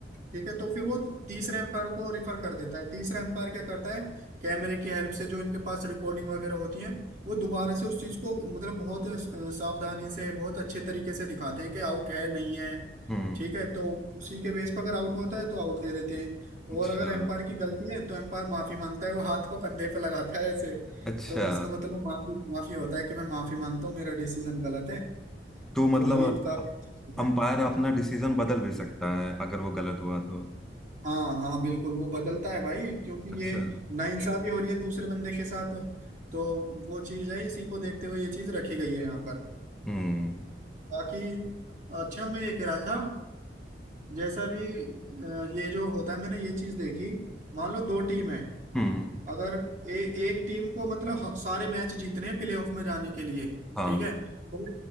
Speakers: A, on the right (about 45°); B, in the centre.
A: ठीक है तो फिर वो तीस एम्पायर को रिफर कर देता है तीसरा एम्पायर क्या करता है कैमरे की हेल्प से जो इनके पास रिकॉर्डिंग वगैरह होती है वो दोबारा से उस चीज को मतलब बहुत अ, सावधानी से बहुत अच्छे तरीके से दिखाते हैं कि आउट है नहीं है
B: हम्म
A: ठीक है तो उसी के बेस पर अगर आउट होता है तो आउट दे देते हैं
B: अच्छा
A: और अगर एम्पायर की गलती है तो एम्पायर माफी मांगता है वो हाथ को कंधे पे लगाता है ऐसे
B: अच्छा
A: तो उसका मतलब वो माफी माफी होता है कि मैं माफी मांगता हूँ मेरा डिसीजन गलत है
B: तो मतलब
A: तो ये काफी अच्छी चीज
B: अंपायर
A: है
B: अपना डिसीजन बदल भी सकता है अगर वो गलत हुआ तो
A: हाँ हाँ बिल्कुल वो बदलता है भाई क्योंकि
B: अच्छा
A: ये नाइंसाफी हो रही है दूसरे बंदे के साथ तो वो चीज है इसी को देखते हुए ये चीज रखी गई है यहाँ पर
B: हम्म
A: बाकी अच्छा मैं ये कह रहा था जैसा भी अ, ये जो होता है मैंने ये चीज देखी मान लो दो टीम है
B: हम्म
A: अगर ए, एक टीम को मतलब ह- सारे मैच जीतने हैं प्लेऑफ में जाने के लिए
B: हाँ
A: ठीक है और